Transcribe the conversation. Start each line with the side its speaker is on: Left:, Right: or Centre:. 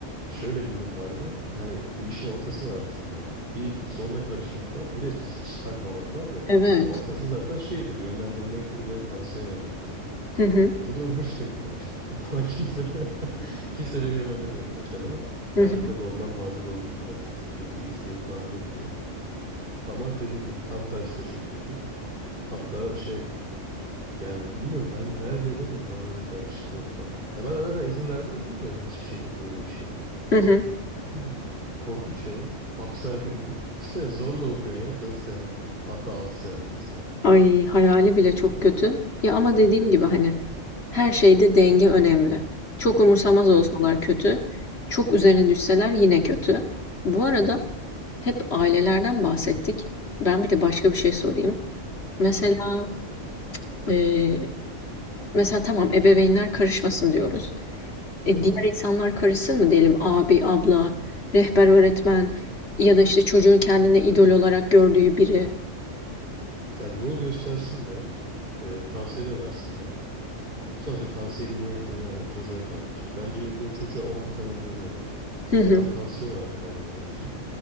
Right: Şöyle bir durum vardı. Hani bu işin ortası var aslında. Bir zorla karışmak var. Bir de hiç takmamak var ya.
Left: Evet.
Right: Ortası zaten şeydir. Yönlendirmektir ve tavsiye vermektir.
Left: Hı hı.
Right: E, Bu da öbür spektrum işte. <laughs> Bana kimse <laughs> kimse beni yönlendirmedi mesela.
Left: Hı
Right: Ben
Left: hı.
Right: de tabii ondan mağdur oldum biraz. Çünkü bir isteğim falan yoktu. Ama dediğim gibi tam tersi de çok kötü. Hatta şey Yani bilmiyorum ben hayal bile edemiyorum bana öyle karıştıklarını falan. Ya ben zaten izin vermezdim de hiçbir şekilde öyle bir şeye.
Left: Hı hı.
Right: Ne bileyim. Korkunç ya. Hapis hayatı gibi. <laughs> Zorla okuyorsun ya 4 sene. Hatta 6 sene tıp var.
Left: Ay hayali bile çok kötü. Ya ama dediğim gibi hani her şeyde denge önemli. Çok umursamaz olsalar
Right: Evet.
Left: kötü. Çok üzerine düşseler yine kötü. Bu arada
Right: Evet.
Left: Hep ailelerden bahsettik. Ben bir de başka bir şey sorayım. Mesela
Right: Hı.
Left: e, mesela tamam ebeveynler karışmasın diyoruz. E,
Right: Hı hı.
Left: diğer insanlar karışsın mı diyelim abi, abla, rehber öğretmen ya da işte çocuğun kendine idol olarak gördüğü biri.
Right: Yani yol göstersinler. e, tavsiye de versinler. Sonuçta tavsiye dinleyip dinlememek çocuğa kalmış. Bence o çocuğa o hak tanınmalı yani.
Left: Hı hı
Right: Bunlar tavsiye olarak kalmalı bence.